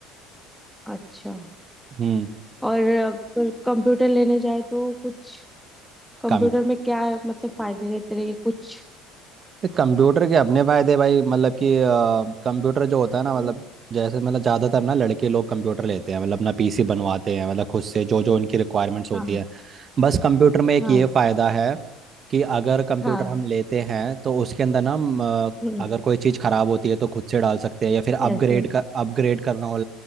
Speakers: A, in the centre; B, on the right.
A: अच्छा
B: हम्म
A: और अगर कंप्यूटर लेने जाए तो कुछ कंप्यूटर
B: काम
A: में क्या मतलब फायदे रहते रहेंगे कुछ
B: तो कंप्यूटर के अपने फायदे भाई मतलब कि अ, कंप्यूटर जो होता है
A: हम्म।
B: ना मतलब जैसे मतलब ज़्यादातर ना लड़के लोग कंप्यूटर लेते हैं मतलब अपना पीसी बनवाते हैं मतलब खुद से जो जो उनकी रिक्वायरमेंट्स होती
A: हाँ
B: है बस कंप्यूटर में एक
A: हाँ
B: ये फ़ायदा है कि अगर कंप्यूटर
A: हाँ
B: हम लेते हैं तो उसके अंदर ना हम, अ,
A: हम्म
B: अगर कोई चीज़ ख़राब होती है तो खुद से डाल सकते हैं या फिर अपग्रेड
A: Yes yes
B: कर अपग्रेड करना हो